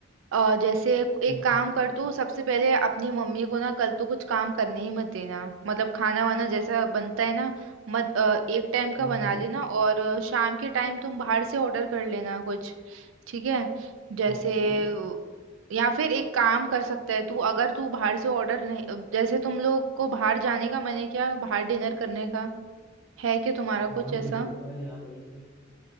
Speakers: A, on the right (about 80°); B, in the centre.
A: अ, जैसे एक
B: हम्म
A: काम कर तू सबसे पहले अपनी मम्मी को ना कल तो कुछ काम करने ही मत देना मतलब खाना वाना जैसा बनता है ना मत अ, एक टाइम का
B: हम्म
A: बना लेना और अ, शाम के टाइम तुम बाहर से ऑर्डर कर लेना कुछ ठीक है जैसे
B: ओके
A: अ, या फिर एक काम कर सकता है तू अगर तू बाहर से ऑर्डर नहीं अ, जैसे तुम लोग को बाहर जाने का मन है क्या बाहर डिनर करने का है क्या तुम्हारा
B: हाँ
A: कुछ ऐसा
B: बिल्कुल अरे यार ये तूने ये